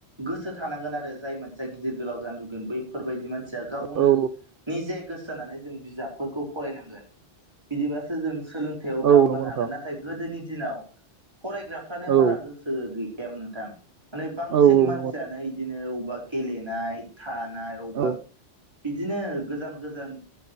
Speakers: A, on the right (about 20°); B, on the right (about 55°).
A: गोसो थानांगोन आरो जाय मानसिया गिदिर गोलाव जानो लुबैगोन बैफोरबायदि मानसिया गावनो
B: औ
A: निजे गोसो होनानै जों बिजाबफोरखौ फरायनांगोन बिदिबासो जों सोलोंथायाव
B: औ
A: दावगानो
B: नंगौ नोंथां
A: हागोन नाथाय गोदोनि दिनाव फरायग्राफ्रानो
B: औ
A: बारा गोसो गोसो गैखायामोन नोंथां माने बांसिन
B: औ
A: मानसियानो
B: नंगौ
A: बिदिनो बबावबा गेलेनाय थानाय अबेबा
B: औ
A: बिदिनो गोजान गोजान